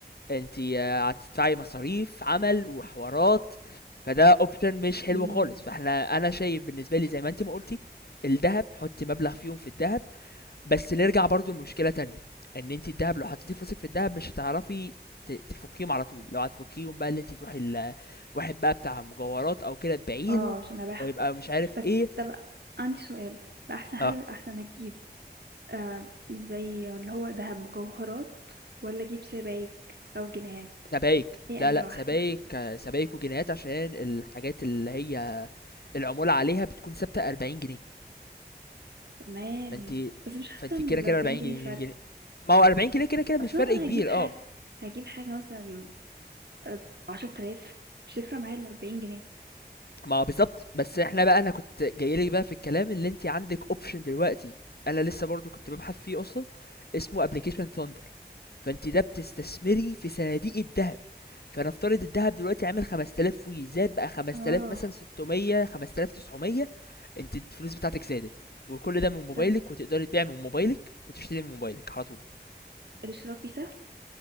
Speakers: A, on the left (about 65°); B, on the right (about 75°).
A: انت هتدفعي مصاريف عمل وحوارات فده اوبشن مش حلو
B: إمم.
A: خالص فاحنا انا شايف بالنسبه لي زي ما انت ما قلتي الذهب حطي مبلغ فيهم في الذهب بس نرجع برضو لمشكله تانية ان انت الذهب لو حطيتي فلوسك في الذهب مش هتعرفي ت- تفكيهم على طول لو هتفكيهم بقى اللي انت تروحي ال- واحد بقى بتاع مجوهرات او كده تبيعيله
B: آه، عشان أبيعها،
A: ويبقى مش عارف
B: بس
A: ايه
B: طب عندي سؤال، الأحسن هل
A: اه
B: الأحسن أجيب آآ زي اللي هو دهب مجوهرات والّا أجيب سبايك أو جنيهات؟
A: سبايك
B: هي
A: لا
B: أنهي
A: لا
B: واحدة؟
A: سبايك آه، سبايك وجنيهات عشان الحاجات اللي هي العمولة عليها بتكون ثابتة 40 جنيه
B: تمام،
A: فانت
B: بس مش حاسة
A: فانت
B: إن
A: كده
B: ال40
A: كده 40
B: جنيه
A: جنيه
B: فرق،
A: جنيه ما هو 40 جنيه كده كده مش
B: أصل
A: فرق
B: هو أنا
A: كبير
B: هاجيب حاجة
A: اه
B: هاجيب حاجة مثلًا آآ ب10.000 مش هتفرق معايا ال40 جنيه.
A: ما هو بالظبط بس احنا بقى انا كنت جايلك بقى في الكلام اللي انت عندك اوبشن دلوقتي انا لسه برضو كنت ببحث فيه اصلا اسمه ابلكيشن ثاندر فانت ده بتستثمري في صناديق الذهب فنفترض الذهب دلوقتي عامل 5000 وي زاد بقى 5000
B: آه،
A: مثلا 600 5900 انت الفلوس بتاعتك زادت وكل ده من موبايلك
B: طب
A: وتقدري تبيع من موبايلك وتشتري من موبايلك على طول
B: الإشراكي سهل؟